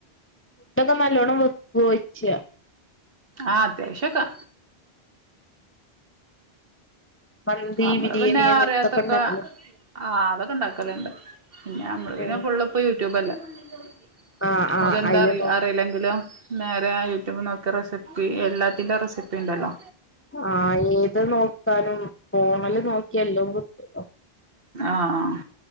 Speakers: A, on the left; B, on the right.
A: ഫുഡൊക്കെ നല്ലോണ്ണം വെക്ക് വോ <unintelligible>
B: ആ അത്യാവ്ശ്യൊക്കാ
A: മന്തി
B: നമ്മള്
A: ബിരിയാണി
B: പിന്നെ
A: അങ്ങനത്തൊക്കെ
B: അറിയാത്തോക്കെ
A: ഇണ്ടാക്കല്
B: ആ അതൊക്കെ ഉണ്ടാക്കല്ണ്ട്. പിന്നെ നമ്മള്
A: ഏ
B: പിന്നെ ഫുള്ള്പ്പോ യൂട്യൂബല്ലെ. നമ്മക്കെന്ത്
A: ആ ആ അയില്
B: നമുക്കെന്തറീലെങ്കിലും
A: നോ
B: നേരെ യൂട്യൂബ് നോക്കി റെസിപ്പി എല്ലാത്തിന്റെ റെസി ണ്ടല്ലോ.
A: ആഹ് ഏത് നോക്കാനും. പോണല് നോക്കിയ എല്ലോ കിട്ടല്ലോ
B: ആഹ്